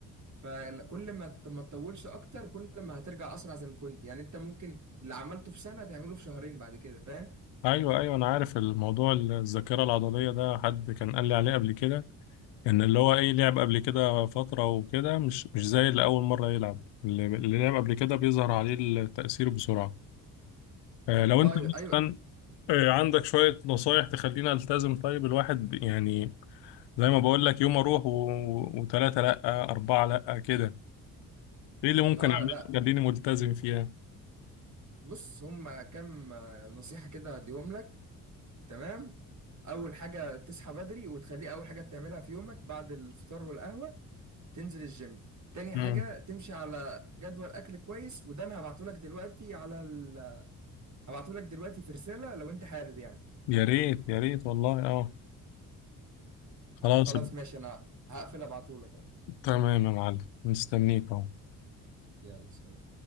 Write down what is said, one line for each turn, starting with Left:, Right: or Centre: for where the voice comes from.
Right: فكل ما ت- ما تطولش اكتر كل ما هترجع اسرع زي ما كنت يعني انت ممكن اللي عملته في سنه تعمله في شهرين بعد كده فاهم
Left: ايوه ايوه انا عارف الموضوع الذاكرة العضلية ده حد كان قال لي عليه قبل كده ان اللي هو ايه لعب قبل كده فترة وكده مش مش زي اللي اول مرة يلعب اللي اللي لعب قبل كده بيظهر عليه التأثير بسرعة آه، لو
Right: اه
Left: انت
Right: ايوه
Left: مثلا
Right: أيوة.
Left: آه، عندك شوية نصايح تخلينا التزم طيب الواحد يعني زي ما بقول لك يوم اروح و... وثلاثة لا أربعة لا كده ايه اللي ممكن
Right: اه
Left: اعمله
Right: لا
Left: يخليني ملتزم فيها
Right: بص هما كام آه، نصيحه كده هديهم لك تمام اول حاجه تصحى بدري وتخليه اول حاجه بتعملها في يومك بعد الفطار والقهوه تنزل الجيم تاني حاجه
Left: امم
Right: تمشي على جدول اكل كويس وده انا هبعته لك دلوقتي على ال... هبعته لك دلوقتي في رساله لو انت حابب يعني
Left: يا ريت يا ريت والله اه خلاص
Right: طب خلاص ماشي انا هقفل ابعته لك اهو
Left: تمام يا معلم مستنيك اهو
Right: يلا سلام